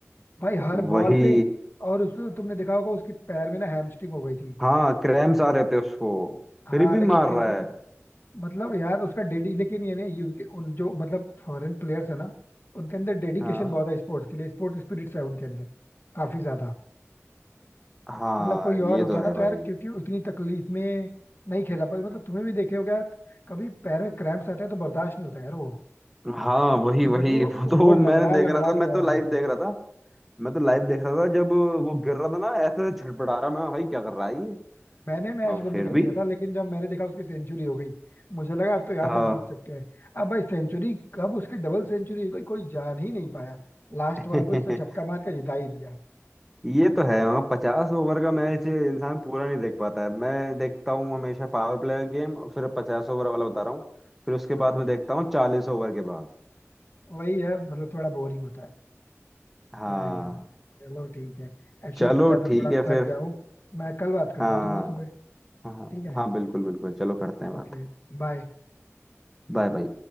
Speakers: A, on the left; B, in the centre.
A: भाई हर
B: वही
A: बॉल पे और उसमें तुमने देखा होगा उसके पैर में ना हैमस्ट्रिंग हो गई थी
B: हाँ क्रैम्स आ रहे थे उसको
A: हाँ
B: फिर भी
A: लेकिन
B: मार
A: फिर
B: रहा
A: भी
B: है
A: मतलब यार उसका डेडी लेकिन ये नहीं ये उनके उन जो मतलब फॉरेन प्लेयर्स है ना उनके अंदर डेडिकेशन
B: हाँ
A: बहुत है स्पोर्ट्स के लिए स्पोर्ट स्पिरिट्स है उनके अंदर काफी ज्यादा
B: हाँ
A: मतलब कोई
B: ये
A: और होता
B: तो है
A: ना
B: भाई
A: तो यार क्योंकि उतनी तकलीफ में नहीं खेला पाते मतलब तुम्हें भी देखे होगे यार कभी पैर में क्रैम्प्स आते हैं तो बर्दाश्त नहीं होता यार वो
B: हाँ वही वही
A: बट वो
B: वो तो
A: वो
B: मैंने
A: लंगड़ा
B: देख
A: लंगड़ा
B: रहा था मैं
A: के बाहर
B: तो लाइव
A: आता
B: देख
A: था
B: रहा था मैं तो लाइव देख रहा था जब वो गिर रहा था ना ऐसे छटपटा रहा मैं भाई क्या कर रहा है ये
A: मैंने मैच
B: और
A: बंद
B: फिर
A: कर
B: भी
A: दिया था लेकिन जब मैंने देखा उसकी सेंचुरी हो गई मुझे लगा तो यहाँ
B: हाँ
A: से जीत सकते हैं अब भाई सेंचुरी कब उसकी डबल सेंचुरी हो गई कोई जान ही नहीं पाया लास्ट
B: <laughs>
A: बॉल पे उसने छक्का मार के जिता ही दिया
B: ये तो है मगर पचास ओवर का मैच इंसान पूरा नहीं देख पाता है मैं देखता हूँ हमेशा पावर प्ले गेम फिर पचास ओवर वाला बता रहा हूँ फिर उसके
A: हाँ
B: बाद मैं
A: हाँ
B: देखता हूँ चालीस ओवर के बाद
A: वही है मतलब थोड़ा बोरिंग होता है
B: हाँ
A: क्या है कर सकते हैं। चलो ठीक है एक्चुअली
B: चलो
A: पता है मैं
B: ठीक
A: थोड़ा
B: है
A: थक
B: फिर
A: गया हूँ मैं कल बात करता
B: हाँ
A: हूँ तुमसे सुबह
B: हाँ हाँ
A: ठीक है
B: हाँ, बिल्कुल बिल्कुल चलो करते हैं बात
A: ओके बाय
B: Bye bye